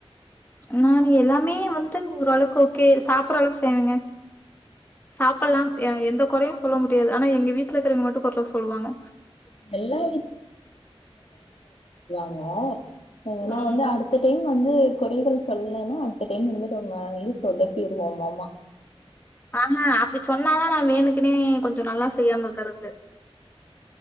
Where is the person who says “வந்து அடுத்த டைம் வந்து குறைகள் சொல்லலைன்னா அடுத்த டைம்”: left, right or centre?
Left